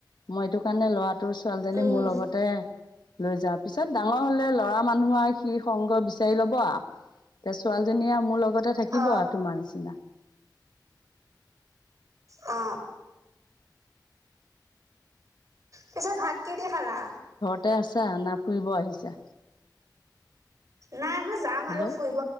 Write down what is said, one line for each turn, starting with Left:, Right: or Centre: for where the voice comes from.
Left: মই এইটো কাৰণে, ল'ৰাটোৰ ছোৱালীজনী
Right: উম
Left: মোৰ লগতে লৈ যাওঁ। পিছত ডাঙৰ হ'লে ল'ৰা মানুহ, সি সংগ বিচাৰি ল'ব আৰু। এতিয়া ছোৱালীজনীয়ে, মোৰ লগতে থাকিব
Right: অ
Left: আৰু তোমাৰ নিচিনা।
Right: অ। পিছে, ভাত কি দি খালা?।
Left: তাতে আছা না, ফুৰিব আহিছা?।
Right: নাই, মই যাম
Left: হেল্ল'
Right: আৰু ফুৰিব।